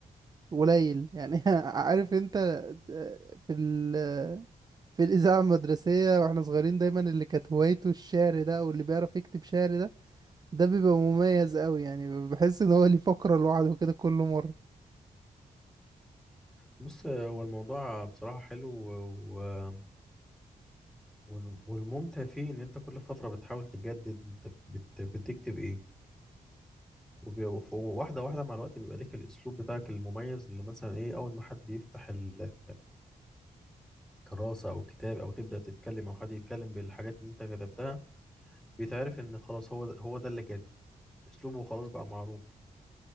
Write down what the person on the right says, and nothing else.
قليل يعني <laughs> عارف انت آه، في ال في الإذاعة المدرسية واحنا صغيرين دايما اللي كانت هوايته الشعر ده او اللي بيعرف يكتب شعر ده ده بيبقى مميز قوي يعني بحس ان هو ليه فقرة لوحده كده كل مرة